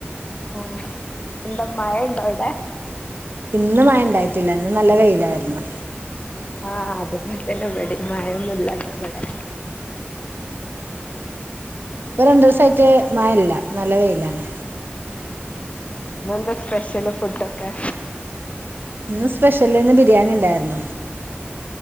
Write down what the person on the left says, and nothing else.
ആ എന്ത മയണ്ടോ അവിടെ
ആ അതുപോലെ തന്നെ വടീം മഴയൊന്നും ല്ലാന്നു ഇവിടെ
ഇന്നെന്താ സ്പെഷ്യല് ഫുഡൊക്കെ